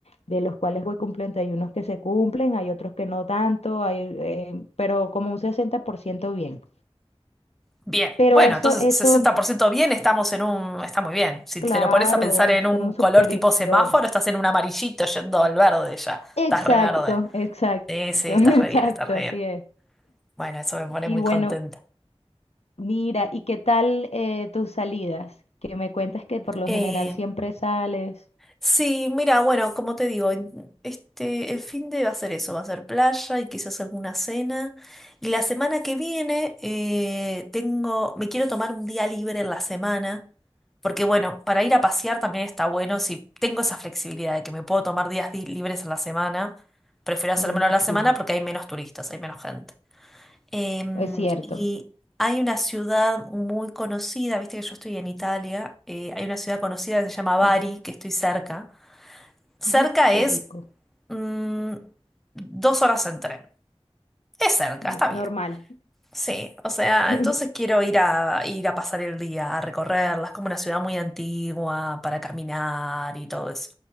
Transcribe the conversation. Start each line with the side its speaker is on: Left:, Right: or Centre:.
Left: de los cuales voy cumpliendo. Hay unos que se cumplen, hay otros que no tanto, hay, eh, pero como un 60% bien.
Centre: Bien,
Left: Pero
Centre: bueno,
Left: eso,
Centre: entonces
Left: eso,
Centre: 60% bien, estamos en un, está muy bien. Si
Left: claro,
Centre: te lo pones a pensar en
Left: estamos
Centre: un color
Left: superior.
Centre: tipo semáforo, estás en un amarillito yendo al verde ya,
Left: Exacto,
Centre: estás re verde.
Left: exacto,
Centre: Sí, sí,
Left: <laughs>
Centre: estás
Left: exacto,
Centre: re bien, estás re
Left: así
Centre: bien.
Left: es.
Centre: Bueno, eso me pone
Left: Y
Centre: muy
Left: bueno,
Centre: contenta.
Left: mira, ¿y qué tal eh, tus salidas? Que me cuentas que por lo
Centre: Eh,
Left: general siempre sales.
Centre: Sí, mira, bueno, como te digo, en- este, el fin de va a ser eso, va a ser playa y quizás alguna cena. Y la semana que viene eh, tengo, me quiero tomar un día libre en la semana, porque bueno, para ir a pasear también está bueno, si tengo esa flexibilidad de que me puedo tomar días di- libres en la semana, prefiero hacérmelo
Left: Buenísimo,
Centre: en la semana porque hay menos turistas, hay menos gente. Em,
Left: es cierto.
Centre: y hay una ciudad muy conocida, viste que yo estoy en Italia, eh, hay una ciudad conocida que se llama Bari,
Left: Mm,
Centre: que estoy cerca. Cerca
Left: Ay, qué
Centre: es
Left: rico.
Centre: mm, dos horas en tren. Es cerca,
Left: Mm,
Centre: está bien.
Left: Normal.
Centre: Sí, o sea,
Left: <laughs>
Centre: entonces quiero ir a ir a pasar el día, a recorrerla. Es como una ciudad muy antigua para caminar y todo eso.